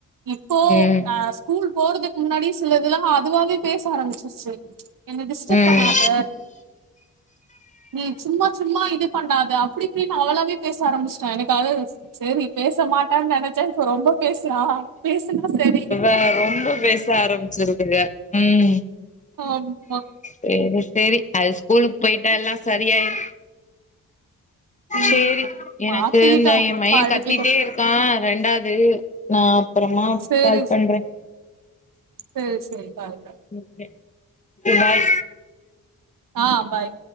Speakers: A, on the right; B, on the left.
A: இப்போ
B: ம்
A: ஆ ஸ் கூல் போறதுக்கு முன்னாடி சிலதுலா அதுவாவே பேச ஆரம்பிச்சுருச்சு என்ன டிஸ்டர்ப்
B: ம்
A: பண்ணாத நீ சும்மா சும்மா இது பண்ணா த அப்டி இப்டின் அவளாவே பேச ஆரம்பிச்ட்டா எனக்கா சேரி பேச மாட்டான் நெனச்சே ப்ப ரொம்ப பேசுறா பேசுனா செரி
B: ஆ ரொம்ப பேச ஆரம்பிச்சிருதுக ம்
A: ஆமாப்பா
B: சேரி சேரி அது ஸ்கூலுக்கு போயிட்டா எல்லாம் சரியாயிரும்
A: ம்
B: சேரி எனக்கு
A: மாட்டிக்கிட்டோ
B: இந்த என் மக
A: மாட்டிக்கிட்டோ
B: கத்திட்டே இருக்கான் ரெண்டாவது நா அப்புறமா
A: சேரி
B: கால் பண்றேன்
A: சேரி சேரி பாருங்க
B: ஓகே சேரி பாய்
A: ஆஹ் பாய்